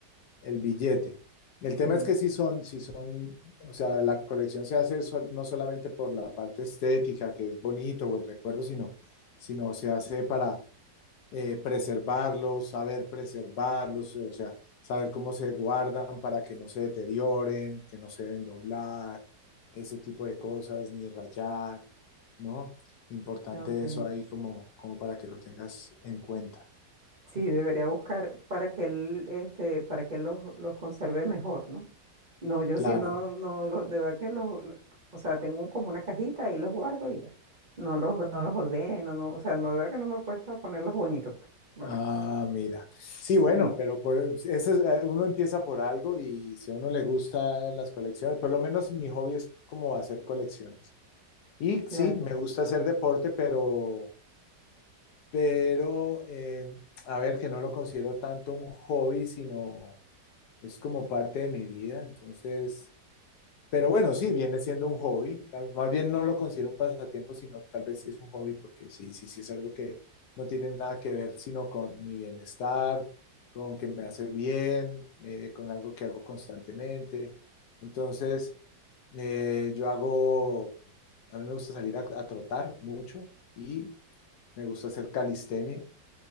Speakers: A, on the left; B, on the right.
A: el billete. El
B: Sí,
A: tema es que sí son, sí son, o sea, la colección se hace sol- no solamente por la parte estética, que es bonito o el recuerdo, sino, sino se hace para eh, preservarlos, saber preservarlos, o sea, saber cómo se guardan para que no se deterioren, que no se deben doblar, ese tipo de cosas, ni rayar, ¿no? Importante
B: ok.
A: eso ahí como, como para que lo tengas en cuenta.
B: Sí, debería buscar para que él, este, para que él los, los conserve mejor, ¿no? No, yo
A: Claro.
B: sí no, no, los, de verdad que los, lo- o sea, tengo un- como una cajita y los guardo y ya. No los, no los ordeno, no, o sea, no, de verdad que no me he puesto a ponerlos bonitos, pues. no
A: Ah,
B: me-
A: mira. Sí,
B: Sí,
A: bueno, pero por, ese es- eh, uno empieza por algo y si a uno le gusta las colecciones, por lo menos mi hobby es como hacer colecciones. Y
B: claro.
A: sí, me gusta hacer deporte, pero, pero eh, a ver, que no lo considero tanto un hobby, sino es como parte de mi vida. Entonces, pero bueno, sí, viene siendo un hobby. Tal- Más bien no lo considero un pasatiempo, sino tal vez sí es un hobby, porque sí, sí, sí es algo que no tiene nada que ver sino con mi bienestar, con que me hace bien, eh, con algo que hago constantemente. Entonces, eh, yo hago, a mí me gusta salir a, a trotar mucho y me gusta hacer calistenia.